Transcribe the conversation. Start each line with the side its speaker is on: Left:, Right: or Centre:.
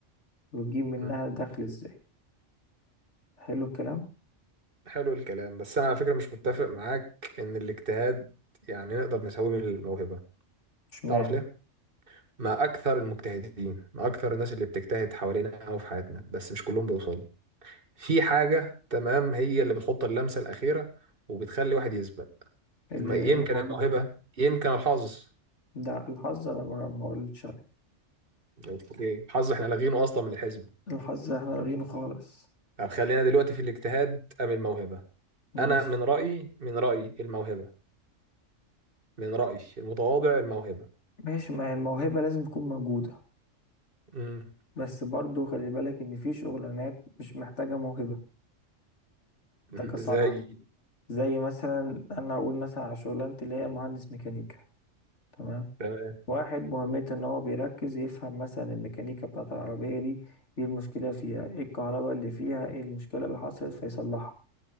Left: ويجيب منها
Right: مم.
Left: دخل ازاي حلو الكلام
Right: حلو الكلام بس أنا على فكرة مش متفق معاك إن الاجتهاد يعني نقدر نساويه بالموهبة
Left: اشمعنى
Right: تعرف ليه؟ ما أكثر المجتهدين ما أكثر الناس اللي بتجتهد حوالينا أو في حياتنا بس مش كلهم بيوصلوا في حاجة تمام هي اللي بتحط اللمسة الأخيرة وبتخلي واحد يثبت
Left: اللي
Right: الم- يمكن
Left: موهبة
Right: الموهبة يمكن الحظ
Left: ده الحظ انا ما ما قلتش عليه
Right: اوكي الحظ احنا لاغينه أصلا من الحزب
Left: الحظ احنا لارينه خالص
Right: طب خلينا دلوقتي في الاجتهاد أم الموهبة
Left: ماشي
Right: أنا من رأيي من رأيي الموهبة من رأيي المتواضع الموهبة
Left: ماشي ما هي الموهبة لازم تكون موجودة
Right: امم
Left: بس برضو خلي بالك ان في شغلانات مش محتاجة موهبة
Right: <laughs>
Left: محتاجة صنعة
Right: زي
Left: زي مثلا انا اقول مثلا على شغلانتي اللي هي مهندس ميكانيكا تمام
Right: تمام
Left: واحد مهمته ان هو بيركز يفهم مثلا الميكانيكا بتاعت العربية دي ايه المشكلة فيها ايه الكهرباء اللي فيها ايه المشكلة اللي حصلت فيصلحها